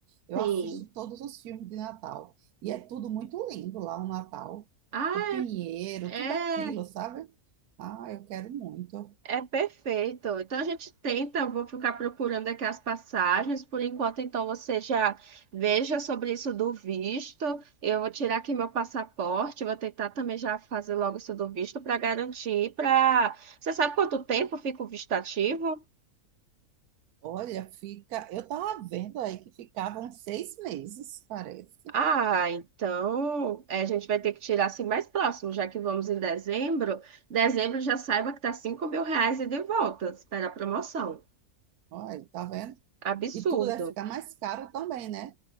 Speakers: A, on the right (about 80°); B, on the right (about 50°).
A: Eu
B: Sim.
A: assisto todos os filmes de Natal e é tudo muito lindo lá o Natal,
B: Ah,
A: o pinheiro,
B: É,
A: tudo aquilo, sabe? Ah, eu quero muito.
B: é perfeito. Então a gente tenta, eu vou ficar procurando aqui as passagens. Por enquanto, então você já veja sobre isso do visto. Eu vou tirar aqui meu passaporte, vou tentar também já fazer logo isso do visto para garantir para. Você sabe quanto tempo fica o visto ativo?
A: Olha, fica. Eu tava vendo aí que ficavam seis meses, parece.
B: Ah, então é, a gente vai ter que tirar assim mais próximo, já que vamos em dezembro. Dezembro já saiba que tá cinco mil reais e de volta. Espera a promoção.
A: Olha, tá vendo?
B: Absurdo.
A: E tudo deve ficar mais caro também, né?